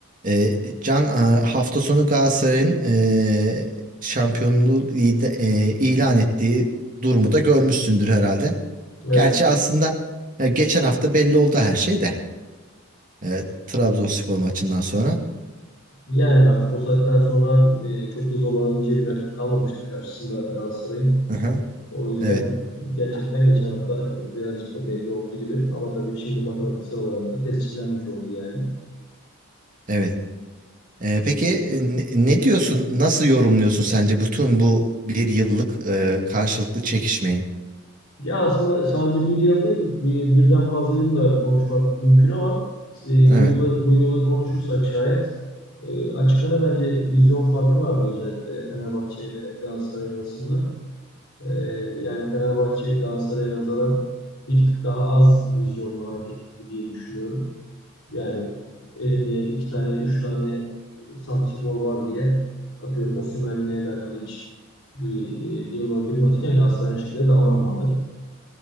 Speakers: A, on the right; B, on the left.
A: E, Can a- hafta sonu Galatasaray'ın e, şampiyonluğu ide- e, ilan ettiği durumu da görmüşsündür herhalde.
B: Evet.
A: Gerçi aslında e, geçen hafta belli oldu her şey de e, Trabzonspor maçından sonra.
B: Yani artık o saatten sonra e, çok da zorlanabileceği bir rakip kalmamıştı karşısında Galatasaray'ın.
A: Hı hı.
B: O yüzden
A: Evet,
B: gerçekten geçen hafta birazcık da belli olduğu gibi. Ama tabii şimdi matematiksel olarak da tescillenmiş oldu yani.
A: evet. E, peki e, ne ne diyorsun? Nasıl yorumluyorsun sence bütün bu bir yıllık e, karşılıklı çekişmeyi?
B: Ya aslında sadece bir yıl değil, bir, birden fazla yılla konuşmak mümkün ama e,
A: Evet.
B: bu yılı bu yılı konuşursak şayet e, açık ara bence vizyon farkı vardı özellikle Fenerbahçe ile Galatasaray arasında. Ee, yani Fenerbahçe Galatasaray'a nazaran bir tık daha az vizyonlu hareket etti diye düşünüyorum. Yani elinde iki tane, üç tane santrafor var diye atıyorum Osimhen'le alakalı hiç bir e, diyaloğa girmezken Galatasaray aynı şekilde davranmadı.